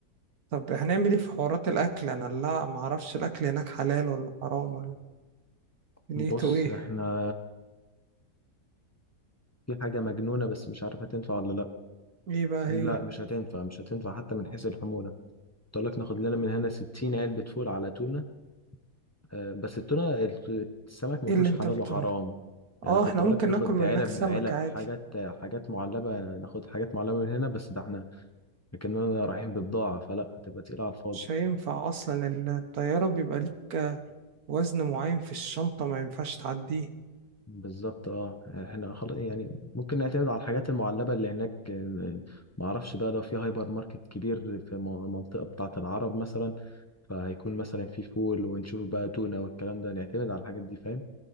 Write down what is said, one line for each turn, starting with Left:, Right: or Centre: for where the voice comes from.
Right: طب هنعمل ايه في حوارات الاكل انا لا ما اعرفش الاكل هناك حلال ولا حرام ولا نيته
Left: بص
Right: ايه
Left: احنا في حاجه مجنونه بس مش عارفه تنفع ولا لا
Right: ايه بقى
Left: لا
Right: هي
Left: مش هتنفع مش هتنفع حتى من حيث الحمولة قلت لك ناخد لنا من هنا 60 علبة فول على تونة آه، بس التونة الت- السمك ما
Right: ايه
Left: فيهوش
Right: اللي انت
Left: حلال
Right: بتقوله
Left: وحرام يعني
Right: اه
Left: كنت
Right: احنا
Left: اقول
Right: ممكن
Left: لك ناخد
Right: ناكل من
Left: علب
Right: هناك سمك
Left: علب
Right: عادي
Left: حاجات حاجات معلبة ناخد حاجات معلبة من هنا بس ده احنا كأننا رايحين ببضاعة فلا هتبقى تقيلة على الفاضي
Right: مش هينفع اصلا الطيارة بيبقى ليك وزن معين في الشنطة ما ينفعش تعديه
Left: بالظبط اه احنا خلاص يعني ممكن نعتمد على الحاجات المعلبة اللي هناك آه، ما اعرفش بقى لو في هايبر ماركت كبير في م- المنطقة بتاعة العرب مثلا فهيكون مثلا في فول ونشوف بقى تونة والكلام ده نعتمد على الحاجات دي فاهم